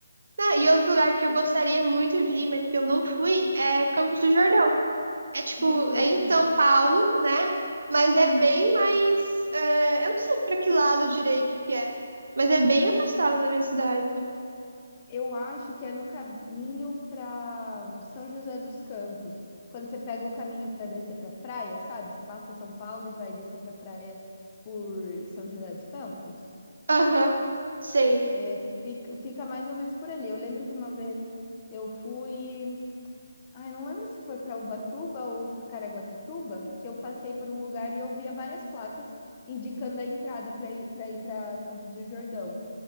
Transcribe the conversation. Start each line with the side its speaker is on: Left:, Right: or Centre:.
Right: Ah, e outro lugar que eu gostaria muito de ir, mas que eu não fui, é Campos do Jordão. É tipo,
Left: Hum,
Right: é
Left: eu também.
Right: em São Paulo, né? Mas é bem mais. é, eu não sei pra que lado direito que é, mas é bem afastado da minha cidade.
Left: Eu acho que é no caminho para São José dos Campos. Quando você pega o caminho para descer para praia, sabe? Você passa São Paulo e vai descer para praia por São José dos Campos.
Right: Aham, sei.
Left: É, fica, fica mais ou menos por ali. Eu lembro que uma vez eu fui Ai, não lembro se foi para Ubatuba ou pra Caraguatatuba, que eu passei por um lugar e eu via várias placas indicando a entrada para ir para ir para Campos do Jordão.